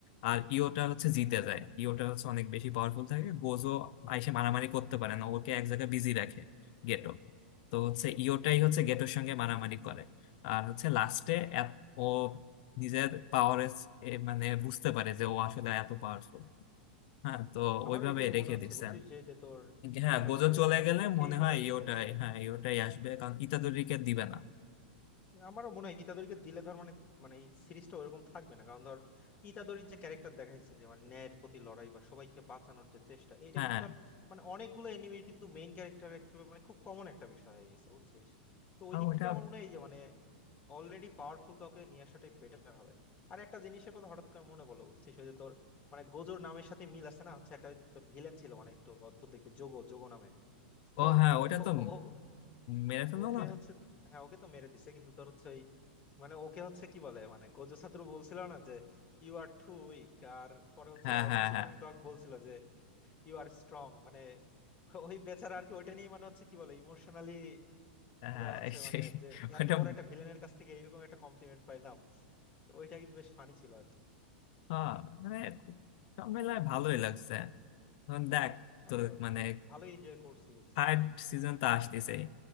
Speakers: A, on the left; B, on the left.
A: আর ইওটা হচ্ছে জিতে যায় ইওটা হচ্ছে অনেক বেশি পাওয়ারফুল থাকে গোজো আইসে মারামারি করতে পারে না ওকে এক জায়গায় বিজি রাখে গেটো তো হচ্ছে ইওটাই
B: বুঝতে
A: হচ্ছে গেটোর
B: পারছি
A: সঙ্গে মারামারি করে আর হচ্ছে লাস্টে ও নিজের পাওয়ার মানে বুঝতে পারে যে ও আসলে এত পাওয়ারফুল হ্যাঁ তো
B: আমারও
A: ওইভাবে
B: এটাই
A: রেখে
B: মনে হচ্ছে
A: দিচ্ছে
B: বুঝছিস যে যে তোর
A: হ্যাঁ
B: ইয়েটার
A: গোজো
B: কথা বললি
A: চলে
B: না
A: গেলে
B: ওকেই
A: মনে
B: মনে
A: হয়
B: হয় নিয়ে
A: ইওটাই
B: আসবে
A: হ্যাঁ ইওটাই আসবে কারণ ইতাদোরিকে দিবে না
B: আমারও মনে হয় ইতাদোরিকে দিলে ধর মানে মানে এই সিরিজটা ওইরকম থাকবে না কারণ ধর ইতাদোরির যে ক্যারেক্টার দেখাইছে যে মানে ন্যায়ের প্রতি লড়াই বা সবাইকে বাঁচানোর যে চেষ্টা এটা
A: হ্যাঁ
B: কিন্তু ধর মানে অনেকগুলো এনিমির কিন্তু মেইন ক্যারেক্টার একটা মানে খুব কমন একটা বিষয় হয়ে গেছে বুঝছিস তো ওই
A: আহ,
B: দিক
A: ওটা
B: থেকে আমার মনে হয় এই যে মানে অলরেডি পাওয়ারফুল কাউকে নিয়ে আসাটাই বেটার হবে আর একটা জিনিসের কথা হঠাৎ করে মনে পড়লো বুঝছিস ওই যে তোর মানে গোজোর নামের সাথে মিল আছে না হচ্ছে একটা ওই যে তোর ভিলেন ছিল মানে একটু অদ্ভুত দেখতে যোগো যোগো নামে তো
A: ও হ্যাঁ ওটা
B: ও-
A: তো
B: ও-
A: মেরে ফেললো
B: ওকে
A: না
B: হচ্ছে হ্যাঁ ওকে তো মেরে দিছে কিন্তু তোর হচ্ছে ওই মানে ওকে হচ্ছে কি বলে মানে গোজো ছাত্র বলছিল না যে ইউ আর টু উইক আর পরে হচ্ছে
A: হ্যাঁ
B: রায়মান
A: হ্যাঁ
B: সুকুনা
A: হ্যাঁ
B: কিন্তু ওকে বলছিল যে ইউ আর স্ট্রং মানে <laughs> ওই বেচারা আর কি ওইটা নিয়ে মানে হচ্ছে কি বলে ইমোশনালি
A: হ্যাঁ
B: পুরা হচ্ছে
A: সেই,
B: মানে যে এত
A: ওটা
B: বড় একটা ভিলেনের কাছ থেকে এরকম একটা কমপ্লিমেন্ট পাইলাম তো ওইটা কিন্তু বেশ ফানি ছিল আর কি
A: হ্যাঁ মানে খুব- সব মেলায় ভালোই লাগছে এখন দেখ তো
B: আমিও
A: মানে
B: ভালোই এনজয় করছি বুঝছিস
A: থার্ড সিজন তো আসতেছেই